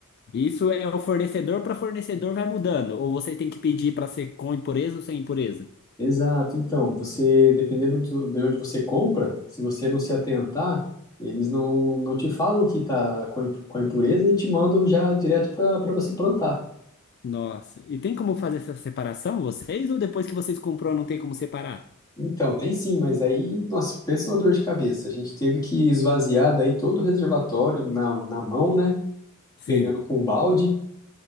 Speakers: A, on the left (about 50°); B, on the left (about 20°).
A: Isso é o fornecedor para fornecedor vai mudando. Ou você tem que pedir para ser com impureza ou sem impureza?
B: Exato, então, você, dependendo do- de onde você compra, se você não se atentar, eles não, não te falam que tá com a imp- com a impureza e te mandam já direto para para você plantar.
A: Nossa. E tem como fazer essa separação, vocês? Ou depois que vocês comprou, não tem como separar?
B: Então, tem sim, mas aí, nossa, pensa uma dor de cabeça. A gente teve que esvaziar daí todo o reservatório na, na mão, né?
A: Sim,
B: Pegando com um balde.